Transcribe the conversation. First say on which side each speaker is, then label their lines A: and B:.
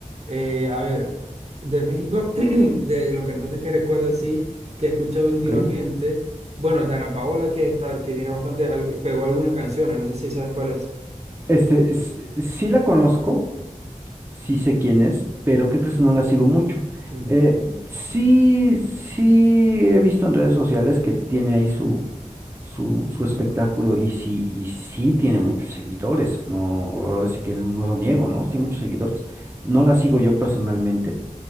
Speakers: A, on the right; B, on the right.
A: eh, a ver, de México, <clears throat> de los cantantes que recuerdo así, que he escuchado últimamente,
B: Ok.
A: bueno, Dana Paola, que está, que tiene bastante, al- pegó algunas canciones, no sé si sabes cuál es.
B: Este, s- sí la conozco, sí sé quién es, pero ¿qué crees que no la sigo mucho?
A: Ujú.
B: Eh, sí, sí he visto en redes sociales que tiene ahí su, su, su espectáculo y sí, y sí tiene muchos seguidores, no, ahora sí que no, no lo niego, ¿no? Sí, muchos seguidores. No la sigo yo personalmente,